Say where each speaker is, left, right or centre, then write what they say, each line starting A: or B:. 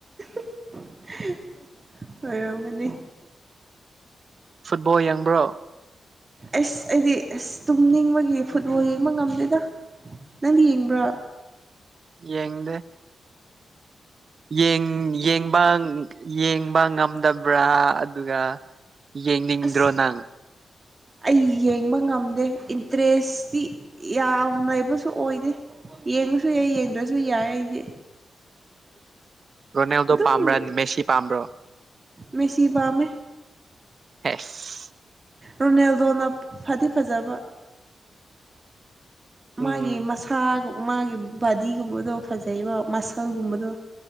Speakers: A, on the right; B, on the right.
A: <unintelligible> ꯑꯣꯏꯔꯝꯒꯅꯤ
B: ꯕꯣ ꯌꯦꯡꯕ꯭ꯔꯣ
A: ꯑꯁ ꯑꯩꯗꯤ ꯑꯁ ꯇꯨꯝꯅꯤꯡꯕꯒꯤ ꯐꯨꯠꯕꯣꯜ ꯌꯦꯡꯕ ꯉꯝꯗꯦꯗ ꯅꯪꯗꯤ ꯌꯦꯡꯕ꯭ꯔꯥ
B: ꯌꯦꯡꯗꯦ ꯌꯦꯡ ꯌꯦꯡꯕ ꯌꯦꯡꯕ ꯉꯝꯗꯕ꯭ꯔꯥ ꯑꯗꯨꯒ ꯌꯦꯡꯅꯤꯡꯗ꯭ꯔꯣ
A: ꯑꯁ
B: ꯅꯪ
A: ꯑꯩ ꯌꯦꯡꯕ ꯉꯝꯗꯦ ꯏꯟꯇꯔꯦꯁꯇꯤ ꯌꯥꯝ ꯂꯩꯕꯁꯨ ꯑꯣꯏꯗꯦ ꯌꯦꯡꯉꯁꯨ ꯌꯥꯏ ꯌꯦꯡꯗ꯭ꯔꯁꯨ ꯌꯥꯏ ꯑꯩꯗꯤ
B: ꯔꯣꯅꯦꯜꯗꯣ
A: ꯑꯗꯨꯝ
B: ꯄꯥꯝꯕ꯭ꯔꯥ ꯃꯦꯁꯤ ꯄꯥꯝꯕ꯭ꯔꯣ
A: ꯃꯦꯁꯤ ꯄꯥꯃꯦ
B: ꯍꯦꯁ
A: ꯔꯣꯅꯦꯜꯗꯣꯅ ꯐꯗꯤ ꯐꯖꯕ
B: ꯎꯝ
A: ꯃꯥꯒꯤ ꯃꯁꯥꯒꯨꯝ ꯃꯥꯒꯤ ꯕꯥꯗꯤꯒꯨꯝꯕꯗꯣ ꯐꯖꯩꯕ ꯃꯁꯜꯒꯨꯝꯕꯗꯣ